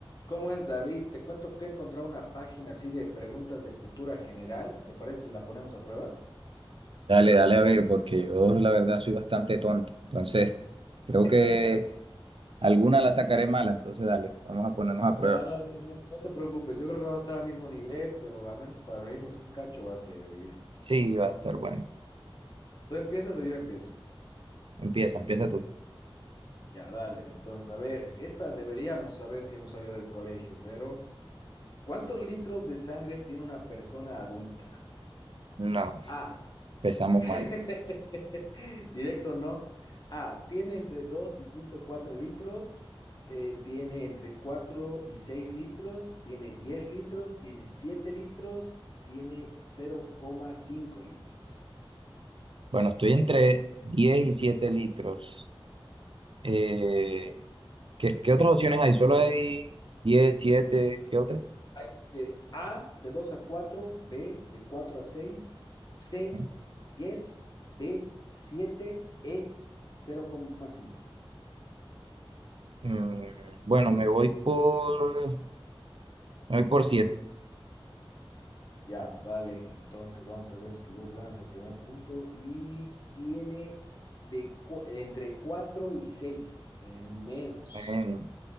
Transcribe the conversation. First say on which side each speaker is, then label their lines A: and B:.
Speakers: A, on the left; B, on the right.
A: ¿Cómo es, David? Te cuento que he encontrado una página así de preguntas de cultura general. ¿Te parece si la ponemos a prueba?
B: Dale, dale a ver, porque yo la verdad soy bastante tonto. Entonces, creo
A: <laughs>
B: que alguna la sacaré mala. Entonces, dale, vamos a ponernos a prueba.
A: No, no, no, no te preocupes, yo creo que vamos a estar al mismo nivel, pero al menos para reírnos un cacho va a servir.
B: Sí, va a estar bueno.
A: ¿Tú empiezas o yo empiezo?
B: Empieza, empieza tú.
A: Ya, dale. Entonces, a ver, esta deberíamos saber si hemos salido del colegio, pero ¿cuántos litros de sangre tiene una persona adulta?
B: No,
A: A.
B: empezamos
A: <laughs> <laughs>
B: mal.
A: Directo no. A, tiene entre 2 y punto 4 litros, eh, tiene entre 4 y 6 litros, tiene 10 litros, tiene 7 litros, tiene 0,5 litros.
B: Bueno, estoy entre 10 y 7 litros. Eh, ¿qué, qué otras opciones hay? Solo hay 10 7 ¿qué otra?
A: Hay de A, de 2 a 4, B, de 4 a 6, C,
B: ¿Eh?
A: 10, D, 7, E, cero coma cinco.
B: Mm, bueno, me voy por, me voy por siete
A: Ya, dale. Entonces vamos a ver si vos ganas el primer punto. Y tiene de cu- entre 4 y 6. Tiene menos.
B: Bueno,